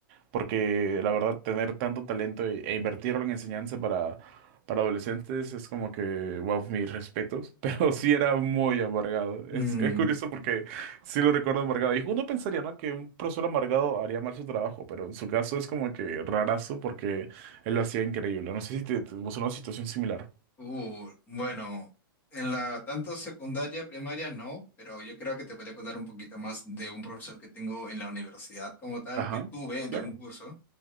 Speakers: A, on the right; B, on the left.
A: porque la verdad, tener tanto talento e, e invertirlo en enseñanza para, para adolescentes es como que, wow, mis respetos. <laughs> Pero sí era muy amargado.
B: Mm,
A: Es, es curioso porque sí lo recuerdo amargado. Y uno pensaría, ¿no? Que un profesor amargado haría mal su trabajo, pero en su caso es como que rarazo porque él lo hacía increíble. No sé si te, te pasó una situación similar.
B: uh, bueno, en la tanto secundaria, primaria no, pero yo creo que te podría contar un poquito más de un profesor que tengo en la universidad como tal,
A: Ajá,
B: que tuve de
A: claro.
B: un curso.